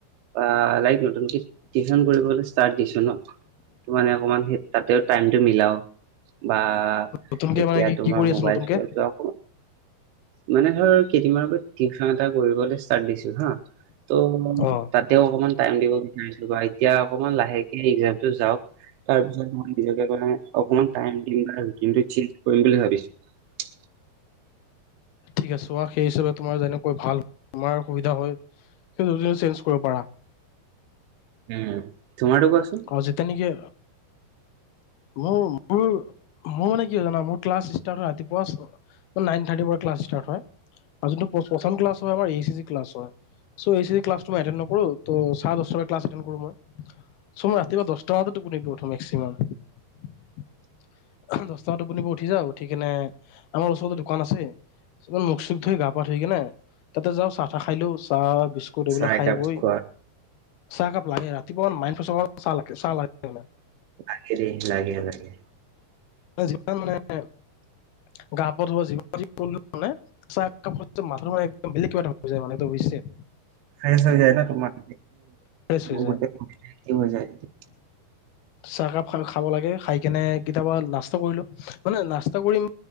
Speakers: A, on the right (about 80°); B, on the left (about 80°).
A: বা লাইক নতুনক টি কৰিবলৈ ষ্টাৰট দিছো ন মাতে অকমান। <unintelligible> স তাতেও টাইম টো মিলাও বা
B: নতুনকে
A: এতিয়া
B: মানে কি
A: তোমাৰ
B: কি কৰি
A: মোবাইল
B: আছো নতুনকে
A: চোবাইলটো অকমান মানে ধৰ কেইদিনমান আক টিউশ্যন এটা কৰিবলৈ তাতদিছো হা ত মই
B: অ
A: টাতে অকমাণ টাইম দিব বিচাৰিছোঁ বা অতিয়া অকমান লহেকে ইংৰাজী টো যাওক <unintelligible> নিজে মানে অকমান টাইম দিম বা কিন্তু চেঞ্জ কৰিম বুলি ভাবিচো
B: ঠিক আছে সেই হিচাপে তোমাৰ যেনেকৈ ভাল তমাৰ সুবিধা হয় চেঞজ কৰিব পাৰা
A: উম তোমাৰটো কোৱাচোন?
B: অ যেতিয়া নেকি মোৰ মোৰ মোৰ মানে কি হয় জানা মোৰ ক্লাছ ইষ্টাত হয় ৰাতিপুৱা ছ নাইন থাৰ্টীৰ পৰা ক্লাছ ইষ্টাত হয় আৰু যোনতো প প্ৰথম ক্লাছ হয় আমাৰ এই ছি ছি ক্লাছ হয়। <unintelligible> চৌ এই ছি জি ক্লাছটো মই এটেন্ড নকৰো তৌ চাৰ দশটাৰ পৰা ক্লাছ এটেন্ড কৰো মই <unintelligible> সময় ৰাতিপুৱা দহটা বানাত তোপনীৰ পৰা উঠিমে <unintelligible> সিমা <unintelligible> দ চ টোপনি পৰা উঠি যাও উঠিকেনে আমাৰ ওচৰতে দোকান আছে কিমান মুখ চুখ ধৰি গা পা ধুই কি না তাতে যাওঁ চাহ তাহ খাই লো চাহ বিস্কুট এইবিলাক
A: চাহ
B: খাই
A: একাপ
B: গৈ
A: খোৱা
B: চাহকাপ লাগে ৰাতি ঠিক বন মাইনফেচৰ <unintelligible> চালাকে চালাকি বোলে <unintelligible>
A: লাগে লাগে লাগে
B: অ যিমান মানে <inaudible> গাপ ধুৱা যিমান যি কৰিলেও মানে চাহ একাপ খালে মাথাটো মানে একম বেলেগ কিবা ধৰণৰ হৈ যায় মানে এইটো বুজিছে? <unintelligible>
A: ফ্ৰচ হৈ যায় ন তোমাৰ
B: ফ্ৰেছ হৈ
A: গো
B: যায়।
A: <unintelligible>
B: চাহকাপ খ খাব লাগে খাই কেনে কেতিয়াবা নাচ ো মানে নাছটা কৰিম